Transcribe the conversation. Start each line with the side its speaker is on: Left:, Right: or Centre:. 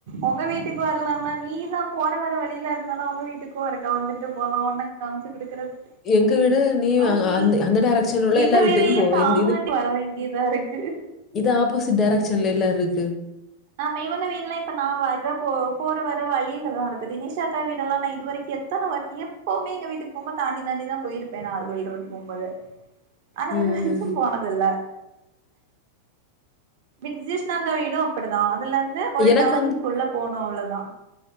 Right: ஒங்க வீட்டுக்கு வரலானா நீதா போற வர வழியில இருந்தனா ஒங்க வீட்டுக்கு ஒருக்க வந்துட்டு போலா ஒன்னக் காம்ச்சு குடுக்குறது
Left: எங்க வீடு
Right: ஆ
Left: அ-
Right: நீ
Left: அந்த அந்த டைரக்ஷன்ல உள்ள
Right: எங்க
Left: எல்லா வீட்டுக்கும்
Right: வீடையு
Left: போவேன்
Right: தாண்டி வர வேண்டியதாருக் <unintelligible>
Left: இதா ஆப்போசிட் டேரக்ஷன்லல்ல இருக்கு
Right: ஆமா இவங்க வீடுல்லா இப்ப நா வர போ போற வர வழியிலதா இருக்குது இனிஷாக்கா வீடல்லா நா இது வரைக் எத்தன வாட்டி எப்பவுமே எங்க வீட்டுக்கு போம்போது தாண்டி தாண்டிதா போயிருப்பே நார்மல் ரோட் போம்போது ஆனா
Left: ம்
Right: இது வரைக்கும் போனதுல்ல விஜிஸ்னாத வீடும் அப்படிதா அதுல இருந்து ஒரு
Left: எனக்கு
Right: டார்னிங் குல்ல போணும் அவ்ளதா